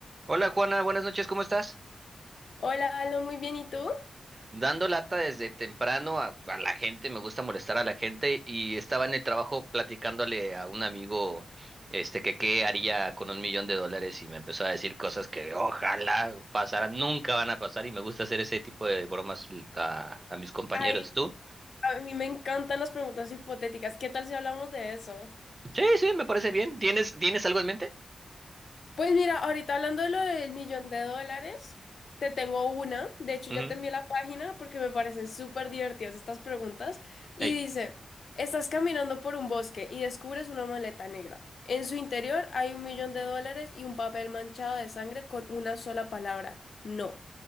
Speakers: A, on the right; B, on the left.
A: Hola Juana, buenas noches, ¿cómo estás?
B: Hola, Aló, muy bien, ¿y tú?
A: Dando lata desde temprano a, a la gente, me gusta molestar a la gente y estaba en el trabajo platicándole a un amigo este que qué haría con un millón de dólares y me empezó a decir cosas que ojalá pasaran, nunca van a pasar y me gusta hacer ese tipo de bromas l- a, a mis compañeros.
B: Ay,
A: ¿Tú?
B: a mí me encantan las preguntas hipotéticas. ¿Qué tal si hablamos de eso?
A: Sí, sí, me parece bien. ¿Tienes, tienes algo en mente?
B: Pues mira, ahorita hablando de lo del millón de dólares, te tengo una. De hecho,
A: Ujú.
B: ya te envié la página porque me parecen súper divertidas estas preguntas. Y
A: Ey.
B: dice, estás caminando por un bosque y descubres una maleta negra. En su interior hay un millón de dólares y un papel manchado de sangre con una sola palabra, no.